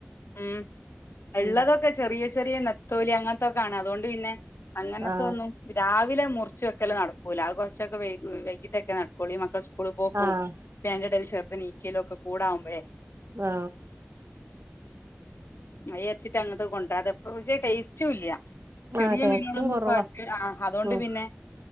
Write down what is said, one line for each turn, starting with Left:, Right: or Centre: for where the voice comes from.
Left: ഉം ഇള്ളതൊക്കെ
Right: ഉം
Left: ചെറിയ ചെറിയ നത്തോല്യാ അ അതുകൊണ്ട് പിന്നെ അങ്ങനത്ത
Right: ആഹ്
Left: ഒന്നും രാവി മുറിച്ചുവൊക്കെല്ല നടക്കൂല്ല അത് കുറച്ചൊക്കെ വൈകിട്ടൊക്കെ നടക്കൂുള്ള മക്കൾ സ്കൂളിൽ പോക്കും
Right: ആഹ്
Left: പിന്നെ അയൻ്റെടേല് ചെറ്ത് എനീക്കലൊക്കെകൂടിയാകുമ്പളേ
Right: ആ
Left: മൈ അരച്ചിട്ട് അങ്ങത്തെ കൊണ്ടണ്ട് അതപ്പ പക്ഷേ ടേസ്റ്റും ഇല്ല ചെറിയ
Right: ആഹ് ടേസ്റ്റും
Left: മീനുകളൊന്നും
Right: കൊറവാ
Left: പ്പൊ ആ അതോണ്ട്
Right: ഉം
Left: പിന്നെ